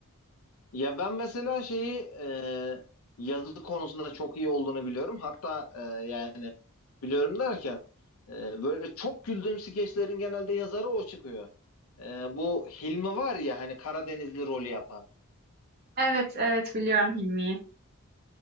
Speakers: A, on the left; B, on the right.
A: Ya ben mesela şeyi e, yazı konusunda çok iyi olduğunu biliyorum. Hatta e, yani biliyorum derken e, böyle çok güldüğüm skeçlerin genelde yazarı o çıkıyor. E, bu Hilmi var ya hani Karadenizli rolü yapan.
B: Evet, evet, biliyorum Hilmi'yi.